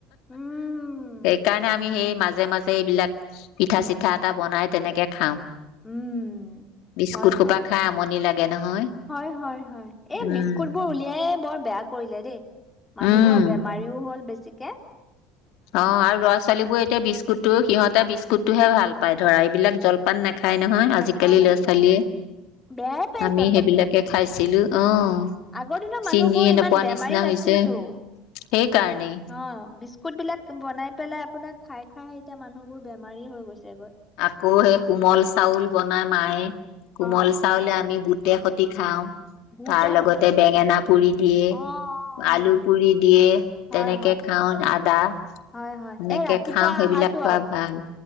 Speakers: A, on the left; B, on the left.
A: উম
B: সেইকাৰণে আমি সেই মাজে মাজে এইবিলাক পিঠা-চিঠা এটা বনাই তেনেকে খাওঁ।
A: উম
B: বিস্কুট
A: হয়
B: সোপা
A: হয়
B: খাই আমনি লাগে নহয়
A: হয় হয় হয় হয় এই
B: উম
A: বিস্কুট বোৰ উলিয়ায়েই বৰ বেয়া কৰিলে দেই মানুহবোৰৰ
B: উম
A: বেমাৰিও হল বেছি চিকে
B: অ আৰু ল'ৰা ছোৱালী বোৰ এতিয়া বিস্কুতটোও সিহতে বিস্কুট কুটটোহে ভাল। পাই ধৰা এইবিলাক জলপান নাখায় নহয় আজিকালি
A: নেখায় নেখায়
B: ল'ৰা ছোৱালীয়ে
A: বেয়াই পায়
B: আমি
A: জলপান
B: সেইবিলাকে
A: খাবলে
B: খাইছিলো অ',
A: হয় আগৰ দিনৰ মানুহবোৰ
B: চিনিয়ে
A: ইমান
B: নোপোৱা
A: বেমাৰী
B: নিচিনা
A: নাছিলতো
B: হৈছে সেইকাৰণেই
A: অ বিস্কুট বিলাক বনাই পেলাই আপোনাক খাই খাইহে এতিয়া মানুহবোৰ বেমাৰী হৈ গৈছেগৈ।
B: আকৌ সেই কোমল চাউল বনা মায়ে কোমল
A: হয়
B: চাওলে আমি বুত বুটে সতি খাওঁ
A: বহুতৰ
B: তাৰ লগতে
A: সতি।
B: বেঙেনা পুৰি দিয়ে,
A: অ অ অ।
B: আলু পুৰি দিয়ে,
A: হয়
B: তেনেকে
A: হয়।
B: খাওঁ। আদা এনেকে
A: হয় হয় এই ৰাতিপুৱা
B: খাওঁ, সেইবিলাক
A: আহাৰটো
B: খোৱা ভাল।